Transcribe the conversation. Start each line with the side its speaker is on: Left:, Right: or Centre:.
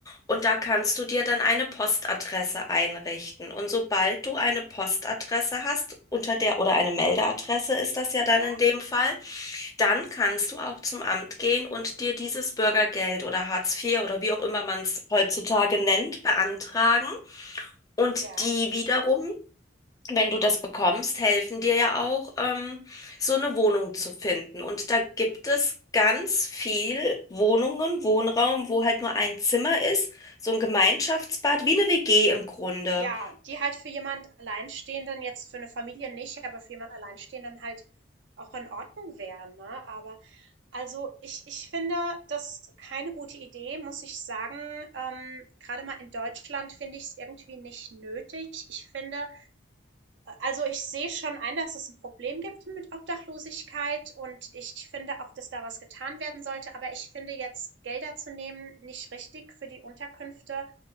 Left: Und
Right: hm,
Left: da kannst du dir dann eine Postadresse einrichten. Und sobald du eine Postadresse hast, unter der, oder eine Meldeadresse ist das ja dann
Right: ja,
Left: in dem Fall, dann kannst du auch zum Amt gehen und dir dieses Bürgergeld oder Hartz IV oder wie auch immer man es heutzutage nennt, beantragen. Und
Right: ja.
Left: die wiederum wenn du das bekommst, helfen dir ja auch, ähm, so eine Wohnung zu finden. Und da gibt es ganz viel Wohnungen, Wohnraum, wo halt nur ein Zimmer ist, so ein Gemeinschaftsbad, wie eine WG im Grunde.
Right: Ja, die halt für jemand Alleinstehenden jetzt für eine Familie nicht, aber für jemand Alleinstehenden halt auch in Ordnung wären, ne? Aber also, ich ich finde das keine gute Idee, muss ich sagen. Ähm, grade mal in Deutschland finde ich es irgendwie nicht nötig. Ich finde, also, ich sehe schon ein, dass es ein Problem gibt mit Obdachlosigkeit und ich finde auch, dass da was getan werden sollte, aber ich finde jetzt Gelder zu nehmen nicht richtig für die Unterkünfte,